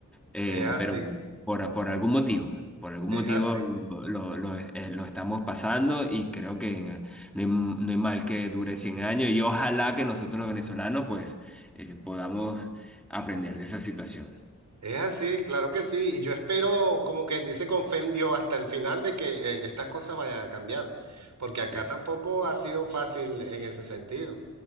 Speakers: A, in the centre; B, on the right.
A: eh,
B: es así,
A: pero no, por, por algún motivo, por algún
B: es
A: motivo
B: así,
A: lo, lo- lo- eh, lo estamos pasando y creo que en- no hay, no hay mal que dure 100 años y ojalá que nosotros los venezolanos pues eh, podamos aprender de esa situación.
B: es así, claro que sí. Y yo espero, como quien dice, con fe en Dios hasta el final de que eh, estas cosas vayan a cambiar, porque
A: Sí,
B: acá tampoco ha sido fácil en ese sentido.